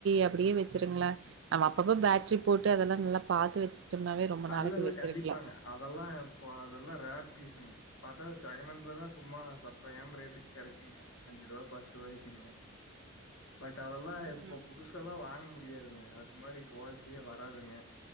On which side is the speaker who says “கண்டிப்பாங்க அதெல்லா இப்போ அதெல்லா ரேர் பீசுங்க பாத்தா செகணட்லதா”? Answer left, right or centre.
Left